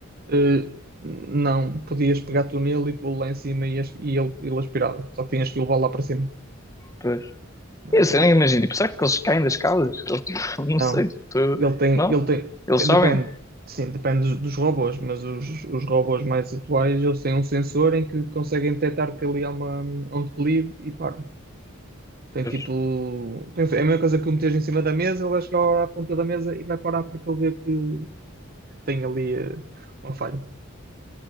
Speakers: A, on the right; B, on the left.
A: eh, não, podias pegar tu nele e pô-lo lá em cima e, as- e ele, ele aspirava. Só que tinhas que levá-lo lá para cima.
B: Pois.
A: Eh,
B: Eu sei, nem imagino. Tipo, será que eles caem das casas <laughs> Eles, tipo, não
A: não,
B: sei. tipo, tu-
A: ele tem,
B: Não?
A: ele tem,
B: Eles
A: eh,
B: sabem?
A: depende, sim, depende dos, dos robôs, mas os, os robôs mais atuais, eles têm um sensor em que conseguem detectar que ali há uma, um declive e param. Tem
B: Pois.
A: tipo, tem- é a mesma coisa que o meteres em cima da mesa, ele vai chegar à ponta da mesa e vai parar porque ele vê que, que tem ali eh, uma falha.